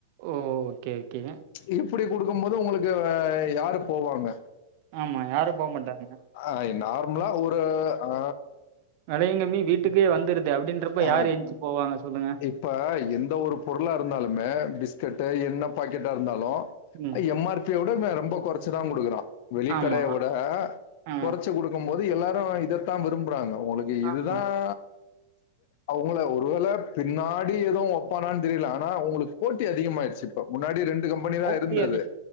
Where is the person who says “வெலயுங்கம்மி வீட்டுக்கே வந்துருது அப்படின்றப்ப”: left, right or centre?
Right